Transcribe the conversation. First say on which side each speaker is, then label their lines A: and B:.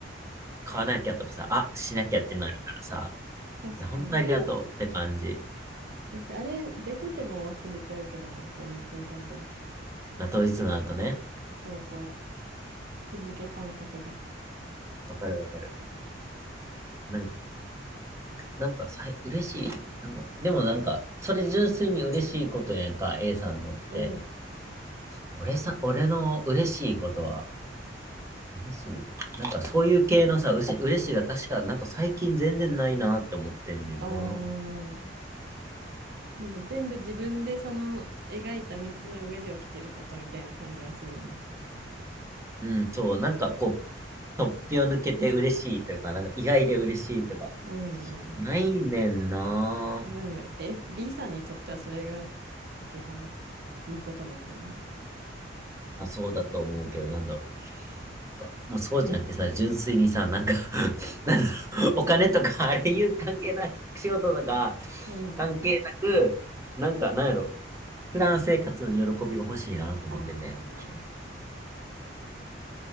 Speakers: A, on the right (about 15°); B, on the right (about 60°).
A: 買わなきゃとかさ、あ、しなきゃってなるからさ、
B: 確かに。
A: いや、本当ありがとうって感じ。
B: 私、あれ、出てても忘れちゃうけどな、友達の誕生日。
A: まあ、当日になるとね。
B: そうそう。日付感覚が。
A: わかるわかる。なんかなんかさい、嬉しい。なんか、でもなんか、それ純粋に嬉しいことやんか、A さんのって。
B: うん。
A: 俺さ、俺の嬉しいことは、嬉しい。なんかそういう系のさ、うし、嬉しいが確か、なんか最近全然ないなって思ってんねんな。
B: おー。もう全部自分でその描いた道の上で起きてることみたいな感じはするよな。
A: うん、そう、なんかこう、突飛を抜けて嬉しいというか、なんか意外で嬉しいというか、
B: うんうんうん。
A: ないねんな。
B: え、でも、え、B さんにとってはそれが一番いいことなんじゃない
A: まあそうだと思うけど、なんだろう。なんか、もうそうじゃなくてさ、純粋にさ、なんか <laughs> なんだろう、お金とか、あれいう関係なく、仕事とか、
B: うん。
A: 関係なく、なんか、なんやろ、普段生活の喜びが欲しいなと思ってて。
B: ああ。